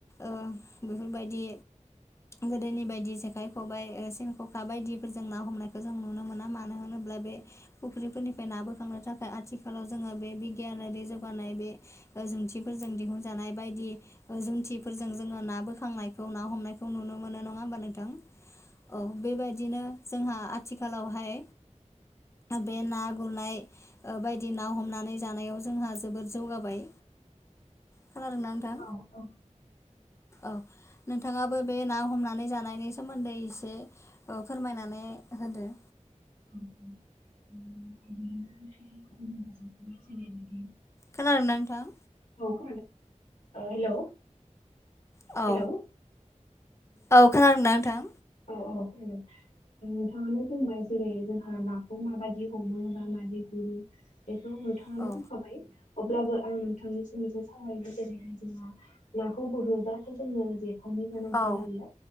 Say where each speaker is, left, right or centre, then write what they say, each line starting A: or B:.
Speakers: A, on the left; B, on the left.
A: ओ बेफोरबायदि गोदोनि बायदि जेखाइ खबाइ ओ सेन ख खा बायदिफोरजों ना हमनायखौ जों नुनो मोना मानो होनोब्ला बे फुख्रिफोरनिफ्राय ना बोखांनो थाखाय आथि खालाव जोङो बे बिगियानारि जौगानाय बे ओ जोंथिफोरजों दिहुनजानाय बायदि ओ जों खुन्थिफोरजों जोङो ना बोखांनायखौ ना हमनायखौ नुनो मोनो नङा होमबा नों थां औ बेबायदिनो जोंहा आथिखालावहाय बे ना गुरनाय ओ बायदि ना हमनानै जानायाव जोंहा जोबोर जौगाबाय।
B: <inaudible>
A: खानादों ना नोंथां
B: औ
A: औ। नोंथाङाबो बे ना हमनानै जानायनि सोमोन्दै इसे ओ फोरमायनानै होदो।
B: <inaudible>
A: खोना दोंना नोंथां?
B: ओ हेलौ
A: औ
B: हेलौ
A: औ खोनादोंना नोंथां?
B: अ औ खोनादों। नोंथाङानो बुंबाय जेरै जोंहा नाखौ माबादि हमो बा मादि गुरो बे खौ नोंथाङानो
A: औ
B: बुंखाबाय। अब्लाबो आं नोंथांनिसिम एसे सावरायनो जेरैहाय जोंहा नाखौ गुरनोब्लाथ' जोङो जे खायनि गोनांथि
A: औ
B: जायो।